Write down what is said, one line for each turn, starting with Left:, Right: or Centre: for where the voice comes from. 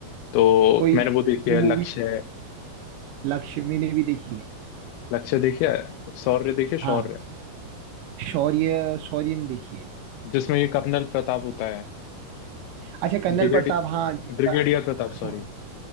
Left: तो
Right: कोई
Left: मैंने वो देखी
Right: मूवी
Left: है लक्ष्य
Right: लक्ष्य मैंने भी देखी है
Left: लक्ष्य देखी है शौर्य देखी है शौर्य
Right: हाँ शौर्य शौर्य ने देखी है
Left: जिसमें ये कर्नल प्रताप होता है
Right: अच्छा कर्नल
Left: ब्रिगेड
Right: प्रताप हाँ जिसका-
Left: ब्रिगेडियर प्रताप
Right: सम-
Left: सॉरी